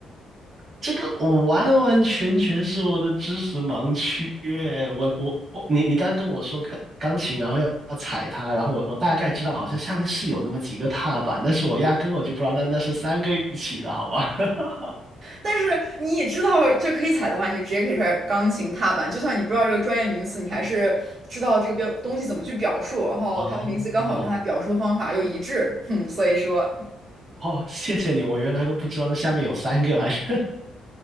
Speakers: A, on the right; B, on the right.
A: 这个完完全全是我的知识盲区耶我我我，你你刚刚跟我说钢钢琴，然后要要踩它，然后我我大概知道好像下面是有那么几个踏板，但是我压根我就不知道那那是三个一起的，好吧？<laughs>
B: 但是你也知道，就可以踩的话，你就直接可以出来钢琴踏板。就算你不知道这个专业名词，你还是知道这个标东西怎么去表述，然后它的名词刚好跟它表述的方法又一致，
A: 哦
B: 哼，所以说
A: 哦，谢谢你，我原来都不知道那下面有三个来着，